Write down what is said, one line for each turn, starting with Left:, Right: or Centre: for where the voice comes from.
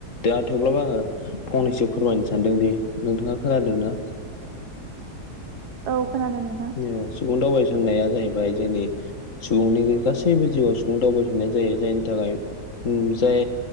Left: दा थेवब्लाबो आङो फंनैसो फोरमायनो सानदों दि नोंथाङा खोनादों ना?
Right: औ खोनादों नोंथां
Left: ओ सुबुं दावबायसननाया जाहैबाय जोंनि सुबुंनि गासैबो जिउआव सुबुं दावबायसननाया जायो जायनि थाखाय जाय